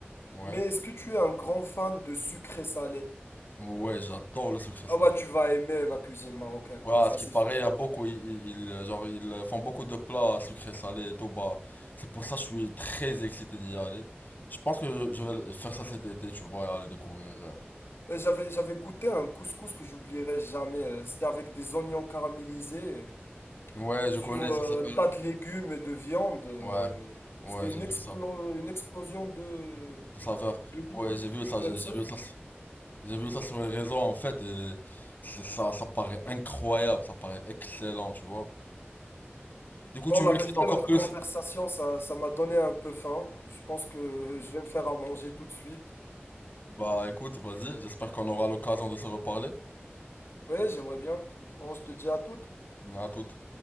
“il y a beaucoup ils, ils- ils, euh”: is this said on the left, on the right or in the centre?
Left